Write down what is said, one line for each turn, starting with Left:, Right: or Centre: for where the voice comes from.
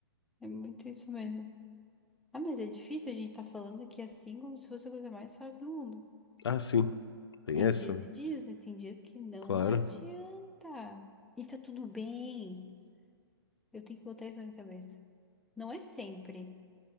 Centre: É muito isso mesmo. Ah, mas é difícil a gente tá falando aqui assim como se fosse a coisa mais fácil do mundo.
Left: Ah, sim, tem
Centre: Tem
Left: essa,
Centre: dias
Left: né?
Centre: e dias, né? Tem dias que não
Left: Claro.
Centre: adianta. E tá tudo bem. Eu tenho que botar isso na minha cabeça. Não é sempre.